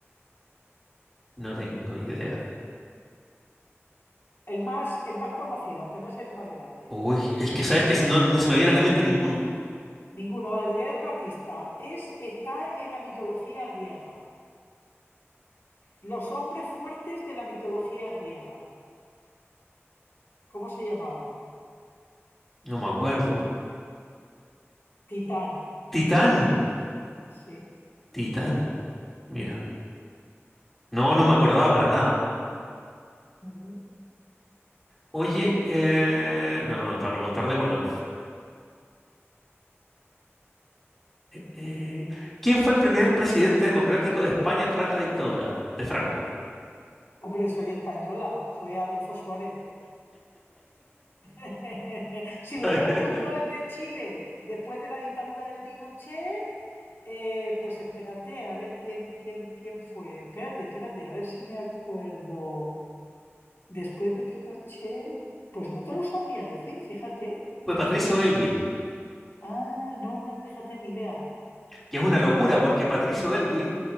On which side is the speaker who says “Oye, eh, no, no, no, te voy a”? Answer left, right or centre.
Centre